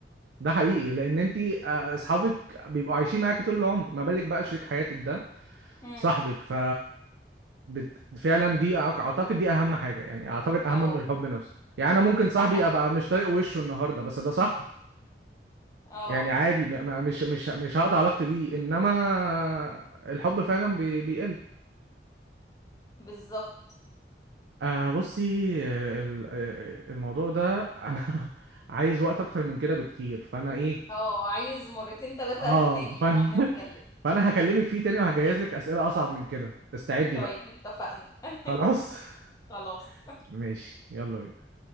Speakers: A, on the right; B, on the left.
A: ده حقيقي لان انت اصحابك بيبقوا عايشين معاكي طول العمر ما بالك بقى شريك حياتك ده
B: امم
A: صاحبك ف بت... فعلا دي أع- اعتقد دي اهم حاجه يعني اعتقد اهم
B: اه
A: من الحب نفسه يعني انا ممكن صاحبي
B: ده حقيقي
A: ابقى مش طايق وشه النهارده بس ده صاحبي
B: اه
A: يعني عادي م... م- مش مش مش هقطع علاقتي بيه انما الحب فعلا بي... بيقل
B: بالظبط
A: آه بصي آه، ال- آه، الموضوع ده <laughs> انا عايز وقت اكتر من كده بكتير فانا ايه
B: اه عايز مرتين تلاتة
A: اه
B: تاني
A: فانا
B: نقعد نتكلم
A: <laughs> فانا هكلمك فيه تاني وهجهز لك اسئله اصعب من كده استعدي
B: طيب
A: بقى
B: اتفقنا <laughs>
A: خلاص
B: خلاص
A: <laughs> ماشي يلا بينا